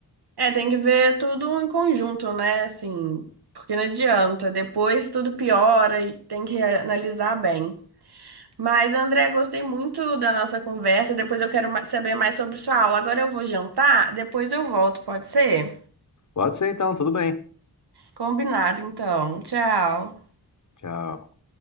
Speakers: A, on the right; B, on the left.
A: É, tem que ver tudo em conjunto, né? Assim, porque não adianta, depois tudo piora e tem que analisar bem. Mas, André, gostei muito da nossa conversa. Depois eu quero ma- saber mais sobre sua aula. Agora eu vou jantar, depois eu volto, pode ser?
B: Pode ser então, tudo bem.
A: Combinado, então. Tchau.
B: Tchau.